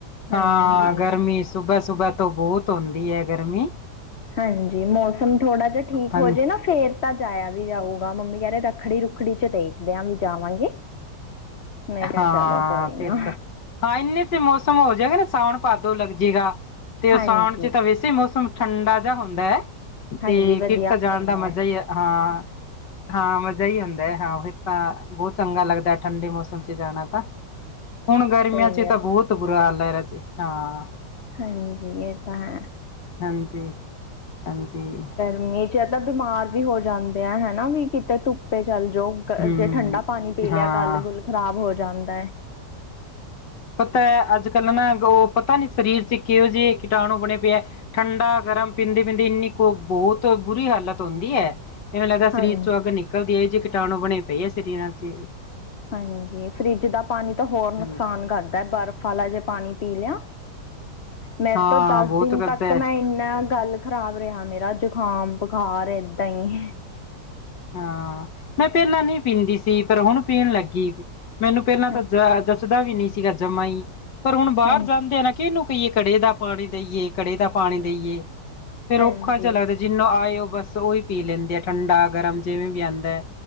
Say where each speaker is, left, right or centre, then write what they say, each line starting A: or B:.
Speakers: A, on the left; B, on the left.
A: ਹਾਂਜੀ
B: ਹਾਂ ਗਰਮੀ ਸੁਬੇ- ਸੁਬੇ ਤੋਂ ਬਹੁਤ ਹੁੰਦੀ ਐ ਗਰਮੀਂ।
A: ਹਾਂਜੀ, ਮੌਸਮ ਥੋੜ੍ਹਾ ਜਾਂ ਠੀਕ
B: ਬ
A: ਹੋਜੇ ਨਾ ਫ਼ੇਰ ਤਾਂ ਜਾਇਆਂ ਵੀ ਜਾਊਗਾ, ਮੰਮੀ ਕਹਿ ਰਹੇ ਰੱਖੜੀ ਰੁੱਖੜੀ ਚ ਦੇਖਦੇ ਆਂ ਵੀ ਜਾਵਾਂਗੇ। ਮੈਂ
B: ਹਾਂ
A: ਕਿਹਾ ਚਲੋ ਕੋਈ ਨਾ
B: ਫਿਰ ਤਾਂ ਹਾਂ ਇੰਨੇ ਚ ਮੌਸਮ ਹੋ ਜਾਏਗਾ ਨਾ ਸਾਵਣ ਭਾਦੋ ਲੱਗ ਜੇਗਾ ਤੇ ਉਹ
A: ਹਾਂਜੀ
B: ਸਾਵਣ ਚ ਤਾਂ ਵੈਸੇ ਹੀ ਮੌਸਮ ਠੰਡਾ ਜਾ ਹੁੰਦਾ
A: ਹਾਂਜੀ
B: ਤੇ
A: ਵਧੀਆ
B: ਫੇਰ ਤਾਂ ਜਾਣ
A: ਹੁੰਦਾ
B: ਦਾ ਮਜ਼ਾ
A: ਹੈ
B: ਹੀ, ਹਾਂ ਹਾਂ ਮਜ਼ਾ ਹੀ ਹੁੰਦਾ ਐ ਹਾਂ ਫੇਰ ਤਾਂ ਬਹੁਤ ਚੰਗਾ ਲੱਗਦਾ ਠੰਡੇ ਮੌਸਮ ਚ ਜਾਣਾ ਤਾਂ ਹੁਣ ਗਰਮੀਆਂ
A: ਸਹੀ
B: ਚ
A: ਗੱਲ
B: ਤਾਂ ਬਹੁਤ
A: ਆ
B: ਬੁਰਾ ਹਾਲ ਐ ਰਾਜੇ, ਹਾਂ
A: ਹਾਂਜੀ ਇਹ ਤਾਂ ਹੈ
B: ਹਾਂਜੀ, ਹਾਂਜੀ
A: ਮੀਹ ਚ ਇਹ ਤਾਂ ਬਿਮਾਰ ਵੀ ਹੋ ਜਾਂਦੇ ਆ ਹਨਾ ਵੀ ਕਿਤੇ ਧੁ ਧੁੱਪੇ ਚੱਲ ਜਾਓ
B: ਹਮ
A: ਜੇ ਠੰਢਾ ਪਾਣੀ ਪੀ ਲਿਆ
B: ਹਾਂ
A: ਗਲ ਗੁਲ ਖ਼ਰਾਬ ਹੋ ਜਾਂਦਾ ਐ
B: ਪਤਾ ਅੱਜ ਕੱਲ੍ਹ ਨਾ ਉਹ ਪਤਾ ਨੀ ਸਰੀਰ ਚ ਕਿਹੋ ਜਿਹੇ ਕੀਟਾਣੂ ਬਣੇ ਪਏ ਐ ਠੰਡਾ ਗਰਮ ਪੀਂਦੇ- ਪੀਂਦੇ ਇੰਨੀ ਕੋ ਬਹੁਤ ਬੁਰੀ ਹਾਲਤ ਹੁੰਦੀ ਐ ਇਵੇਂ ਲੱਗਦਾ ਸਰੀਰ
A: ਹਾਂਜੀ
B: ਚੋਂ ਅੱਗ ਨਿਕਲਦੀ ਐ ਐਹ ਜਹੀ ਕੀਟਾਣੂ ਬਣੇ ਪਈ ਐ ਸਰੀਰਾਂ ਚ
A: ਹਾਂਜੀ, ਫਰਿੱਜ ਦਾ ਪਾਣੀ ਤਾਂ ਹੋਰ ਨੁਕਸਾਨ
B: ਹਾਂਜੀ
A: ਕਰਦਾ ਐ ਬਰਫ਼ ਰਫ ਆਲਾ ਪਾਣੀ ਪੀ ਲਿਆ ਮੇਰੇ
B: ਹਾਂ
A: ਤੋਂ ਦਸ
B: ਬਹੁਤ
A: ਦਿਨ
B: ਕਰਦਾ
A: ਤੱਕ
B: ਹੈ।
A: ਮੈਂ ਇੰਨਾ ਗਲ ਖ਼ਰਾਬ ਰਿਹਾ ਮੇਰਾ ਜਕਾਮ, ਬਖਾਰ ਏਦਾਂ ਹੀ
B: ਹਾਂ ਮੈਂ ਪਹਿਲਾਂ ਨੀ ਪੀਂਦੀ ਸੀ ਪਰ ਹੁਣ ਪੀਨ ਲੱਗੀ ਮੈਨੂੰ ਪਹਿਲਾਂ ਤਾਂ
A: ਹਾਂਜੀ
B: ਜ ਜੱਚਦਾ ਵੀ ਨਹੀਂ ਸੀਗਾ ਜੰਮਾ ਹੀ ਪਰ ਹੁਣ ਬਾਹਰ
A: ਹਾਂਜੀ
B: ਜਾਂਦੇ ਆ ਨਾ ਕਿਹਨੂੰ ਕਹੀਏ ਘੜੇ ਦਾ ਪਾਣੀ ਦੇਈਏ, ਘੜੇ ਦਾ ਪਾਣੀ ਦੇਈਏ ਫੇਰ
A: ਹਾਂਜੀ
B: ਔਖਾ ਜਾਂ ਲੱਗਦਾ ਜਿਹਨੂੰ ਆਏ ਓ ਬਸ ਉਹੀ ਪੀ ਲੈਂਦੇ ਆ ਠੰਡਾ- ਗਰਮ ਜਿਵੇਂ ਵੀ ਆਂਦਾ ਐ